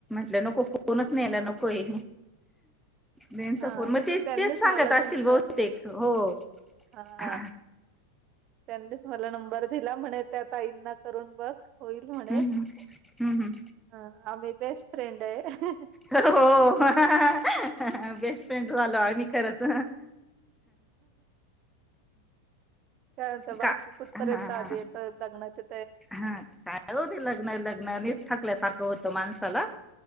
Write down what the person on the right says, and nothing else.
हा
त्यांनीच
मला
तुमचं
हा
त्यांनीच मला नंबर दिला म्हणे त्या त आाईंना करून बघ होईल म्हणे
ह आ मही बेस्ट फ्रेड आहे
काय बाकी
कुठपर्यंत
आधी य लग्नाच्या